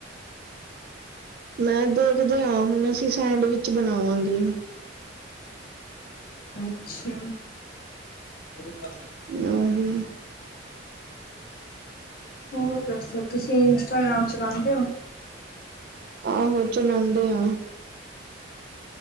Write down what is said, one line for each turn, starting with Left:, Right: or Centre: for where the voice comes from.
Right: ਮੈਂ ਦੇਖਦੇ ਆ, ਹੁਣ ਅਸੀਂ ਸੈਂਡਵਿਚ ਬਣਾਵਾਂਗੇ।
Left: ਅੱਛਾ। <unintelligible>
Right: <unintelligible>
Left: ਹੋਰ ਦੱਸੋ, ਤੁਸੀਂ ਇੰਸਟਾਗ੍ਰਾਮ ਚਲਾਦੇ ਓ।
Right: ਆਹੋ। ਚਲਾਉਂਦੇ ਆ।